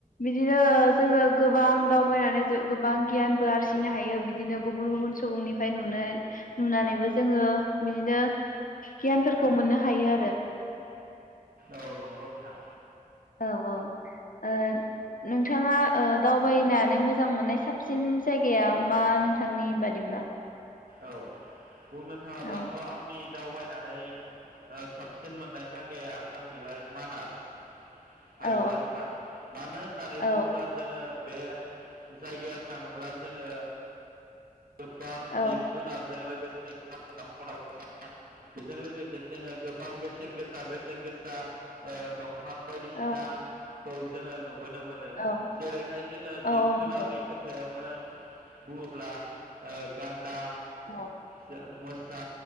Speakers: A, on the left; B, on the right.
A: बिदिनो जोङो गोबां दावबायनानै जो गोबां गियानबो आरजिनो हायो बिदिनो गुबुन गुबुन सुबुंनिफ्राय नुनो नुनानैबो जोङो बिदिनो गियानफोरखौ मोनो हा हायो आरो
B: औ नंगौ नोंथां
A: औ औ ओ नोंथाङा ओ दावबायनानै मोजां मोननाय साबसिन जायगाया मा नोंथांनि बादिब्ला
B: औ बुंनो थाङाब्लाथ
A: औ
B: आंनि दावबायनानै ओ साबसिन मोननाय जागाया जाहैबाय मानास हायुङारि
A: औ
B: पार्क मानो होननानै
A: औ
B: बुङोब्ला जोङो बे जायगायाव थाङोब्ला जोङो गोबां जिब
A: औ
B: जुनारजों लोगोसे <unintelligible> बेजों लोगोसे जोङो गोबां बेसेन गोसा बेसेन गोसा ओ‌ दं फां बायदिसिना
A: औ
B: खौ जोङो नुबो बोनो मोनो
A: औ
B: जेरैहाय जोङो
A: औ
B: जिब जुनारनि
A: नंगौ
B: खोथायावनो बुङोब्ला ओ गान दा
A: औ
B: जों‌ <unintelligible> सा